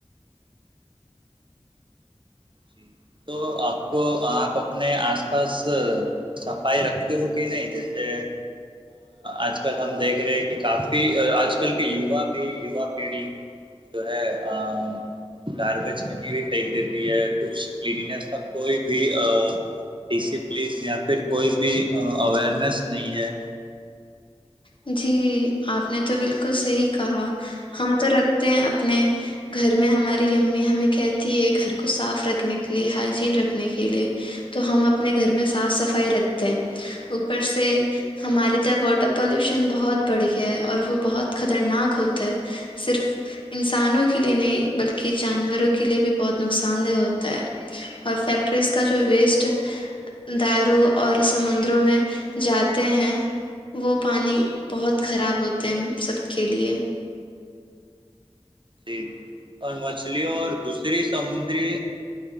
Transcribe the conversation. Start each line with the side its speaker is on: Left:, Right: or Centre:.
Right: جی تو آپ کو آپ اپنے آس پاس صفائی رکھتی ہو کہ نہیں جیسے آج کل ہم دیکھ رہے کہ کافی آج کل کے یوا بھی یوا پیڑی جو ہے ا گاربیج کہیں بھی پھینک دیتی ہے کچھ کلیاننیس کا کوئی بھی آ ڈسپلین یا پھر کوئی بھی اوئیرنیس نہیں ہے
Left: جی آپ نے تو بالکل صحیح کہا ہم تو رکھتے ہیں اپنے گھر میں ہماری امی ہمیں کہتی ہے گھر کو صاف رکھنے کے لیے ہائجین رکھنے کے لیے تو ہم اپنے گھر میں صاف صفائی رکھتے ہیں اوپر سے ہماریے طر واٹر پلیوشن بہت بڑھ گیا ہے اور وہ بہت خطرناک ہوتا ہے صرف انسانوں کے لیے نہیں بلکہ جانوروں کے لیے بھی بہت نقصان دہ ہوتا ہے
Right: جی
Left: اور فیکٹریز کا جو ویسٹ
Right: جی
Left: داروں اور سمندروں میں جاتے ہیں وہ پانی بہت خراب ہوتے ہیں سب کے لیے
Right: جی اور مچھلیوں اور دوسری سمندری